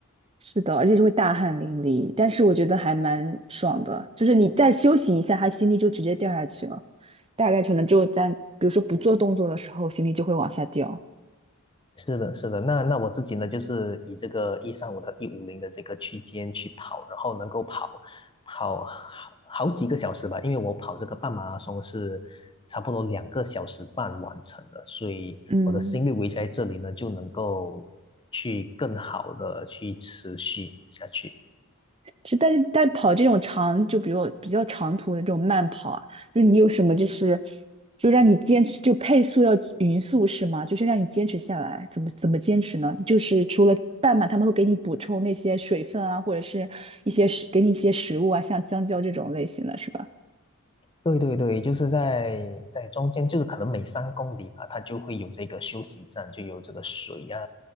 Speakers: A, on the right; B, on the left.
A: 是的，而且就会大汗淋漓，但是我觉得还蛮爽的，就是你再休息一下，他心率就直接掉下去了，大概可能就在比如说不做动作的时候，心率就会往下掉。
B: 是的，是的。那那我自己呢，就是以这个一三五到一五零的这个区间去跑，然后能够跑跑好好几个小时吧，因为我跑这个半马拉松是差不多两个小时半完成的，所以我的心率维持在这里呢，
A: 嗯。
B: 就能够去更好的去持续下去。
A: 是，但是但跑这种长，就比如比较长途的这种慢跑啊，就是你有什么就是，就让你坚持，就配速要匀速是吗？就是让你坚持下来，怎么怎么坚持呢？就是除了半马，他们会给你补充那些水分啊，或者是一些食，给你一些食物啊，像香蕉这种类型的是吧？
B: 对对对，就是在在中间，就是可能每三公里吧，它就会有这个休息站，就有这个水啊，